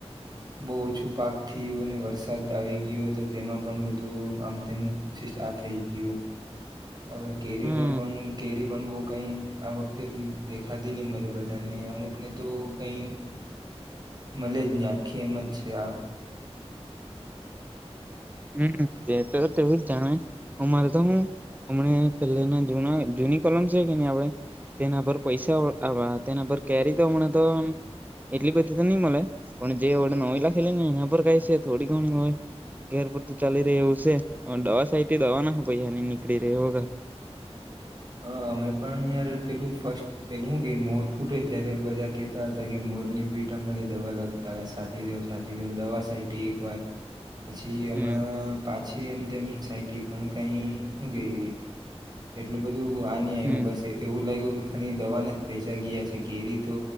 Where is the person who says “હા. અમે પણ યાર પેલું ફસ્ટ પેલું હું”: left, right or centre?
Right